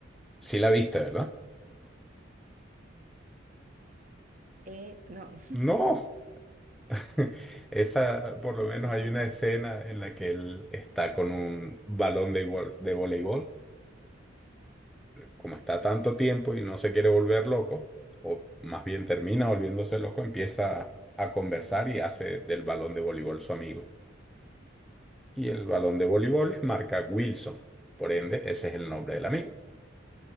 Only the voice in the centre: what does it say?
Sí la viste, ¿verdad?
No. <laughs> Esa, por lo menos
hay una
escena en la que él está con un balón de, igual- de voleibol como está tanto tiempo y no se quiere volver loco, o más bien termina volviéndose loco, empieza a conversar y hace del balón de voleibol su amigo. Y el balón de voleibol es marca Wilson, por ende, ese es el nombre del amigo.